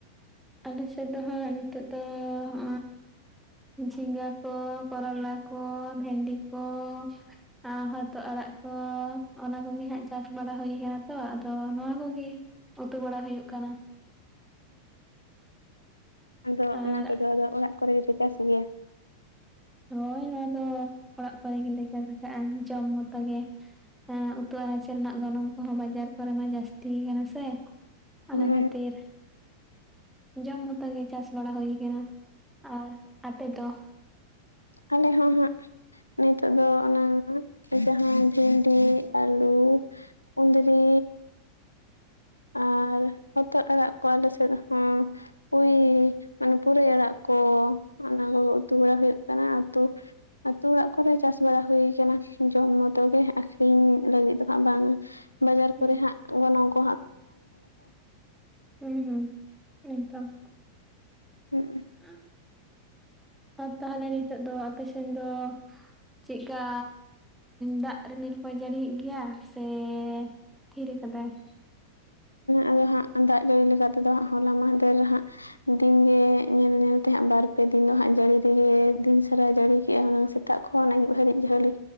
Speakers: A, in the centre; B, on the left.
A: ᱟᱞᱮ ᱥᱮᱫᱫᱚ ᱦᱟᱸᱜ ᱱᱤᱛᱚᱜ ᱫᱚ ᱦᱟᱸᱜ ᱡᱷᱤᱸᱜᱟᱹ ᱠᱚ, ᱠᱚᱨᱚᱞᱟ ᱠᱚ, ᱵᱷᱮᱸᱰᱤ ᱠᱚ, ᱟᱸ ᱦᱚᱛᱚᱜ ᱟᱲᱟᱜ ᱠᱚ ᱚᱱᱟ ᱠᱚᱜᱮ ᱦᱟᱸᱜ ᱪᱟᱥ ᱵᱟᱲᱟ ᱦᱩᱭ ᱠᱟᱱᱟ ᱛᱚ ᱟᱫᱚ ᱱᱚᱣᱟ ᱠᱚᱜᱮ ᱩᱛᱩ ᱵᱟᱲᱟ ᱦᱩᱭᱩᱜ ᱠᱟᱱᱟ
B: ᱟᱫᱚ
A: ᱟᱨ
B: ᱚᱱᱟ ᱠᱚᱫᱚ ᱟᱫᱚ ᱚᱲᱟᱜ ᱠᱚᱨᱮ ᱜᱮᱯᱮ ᱪᱟᱥ ᱜᱮᱭᱟ
A: ᱦᱳᱭ ᱱᱚᱣᱟ ᱫᱚ ᱚᱲᱟᱜ ᱠᱚᱨᱮ ᱜᱮᱞᱮ ᱪᱟᱥ ᱠᱟᱜᱼᱟ ᱡᱚᱢ ᱢᱚᱛᱚ ᱜᱮ᱾ ᱦᱮᱻ ᱩᱛᱩ ᱟᱱᱟᱪ ᱨᱮᱱᱟᱜ ᱜᱚᱱᱚᱝ ᱠᱚᱦᱚᱸ ᱵᱟᱡᱟᱨ ᱠᱚᱨᱮ ᱢᱟ ᱡᱟᱹᱥᱛᱤ ᱠᱟᱱᱟ ᱥᱮ᱾ ᱚᱱᱟ
B: ᱦᱩᱸ
A: ᱠᱷᱟᱹᱛᱤᱨ ᱡᱚᱢ ᱢᱚᱛᱚ ᱜᱮ ᱪᱟᱥ ᱵᱟᱲᱟ ᱦᱩᱭ ᱠᱟᱱᱟ ᱟᱨ ᱟᱯᱮ ᱫᱚ
B: ᱟᱞᱮ ᱦᱚᱸ ᱦᱟᱸᱜ ᱱᱤᱛᱚᱜ ᱫᱚ ᱚᱱᱟ ᱡᱟᱦᱟᱸ ᱵᱷᱤᱱᱰᱤ, ᱟᱹᱞᱩ, ᱠᱩᱸᱫᱽᱨᱤ, ᱟᱨ ᱦᱚᱛᱚᱫ ᱟᱲᱟᱜ ᱠᱚ ᱟᱞᱮ ᱥᱮᱫ ᱦᱚᱻ ᱯᱩᱭ ᱢᱟᱱᱮ ᱯᱩᱨᱟᱹᱭ ᱟᱲᱟᱜ ᱠᱚ ᱚᱱᱟ ᱠᱚ ᱩᱛᱩ ᱵᱟᱲᱟ ᱦᱩᱭᱩᱜ ᱠᱟᱱᱟ ᱟᱹᱛᱩ ᱟᱹᱛᱩ ᱚᱲᱟᱜ ᱠᱚᱨᱮ ᱪᱟᱥ ᱵᱟᱲᱟ ᱦᱩᱭ ᱠᱟᱱᱟ ᱡᱚᱢ ᱢᱚᱛᱚ ᱜᱮ ᱟᱥ ᱤᱧ ᱞᱟᱹᱜᱤᱫ ᱫᱚ ᱦᱟᱸᱜ ᱵᱟᱝᱟ ᱵᱟᱡᱟᱨ
A: ᱦᱩᱸ
B: ᱠᱚᱨᱮ ᱦᱟᱸᱜ ᱚᱱᱮ ᱚᱱᱟ
A: ᱦᱩᱸ ᱦᱩᱸ ᱮᱠᱫᱚᱢ
B: ᱦᱩᱸᱜ
A: ᱦᱮᱸ ᱟᱨ ᱛᱟᱦᱚᱞᱮ ᱱᱤᱛᱚᱜ ᱫᱚ ᱟᱯᱮ ᱥᱮᱱ ᱫᱚ ᱪᱮ ᱠᱟ ᱫᱟᱜ ᱨᱤᱢᱤᱞ ᱠᱚ ᱡᱟᱹᱲᱤᱭᱮᱜ ᱜᱮᱭᱟ ᱥᱮ ᱛᱷᱤᱨ ᱟᱠᱟᱫᱟᱭ ᱾
B: ᱟᱫᱚ ᱦᱟᱸᱜ ᱫᱟᱜ ᱡᱟᱹᱲᱤ ᱞᱮᱠᱟ ᱛᱮ ᱫᱚ ᱦᱟᱸᱜ ᱦᱚᱞᱟ ᱢᱟᱦᱫᱮᱨ ᱨᱮ ᱦᱟᱸᱜ ᱫᱤᱱᱜᱮ ᱧᱮᱞ ᱧᱮᱞ ᱛᱮ ᱦᱟᱸᱜ ᱵᱟᱨ-ᱯᱮ ᱫᱤᱱ ᱫᱚ ᱦᱟᱸᱜ ᱡᱟᱹᱲᱤ ᱨᱮᱜᱮ ᱫᱤᱱ ᱥᱟᱨᱟ ᱡᱟᱹᱲᱤ ᱠᱮᱜᱼᱟ ᱦᱩᱱᱟᱹᱝ ᱥᱟ ᱥᱮᱛᱟᱜ ᱠᱷᱚᱱ ᱟᱹᱭᱩᱵ ᱫᱷᱟᱹᱨᱤᱡ ᱡᱷᱟᱹᱞᱤ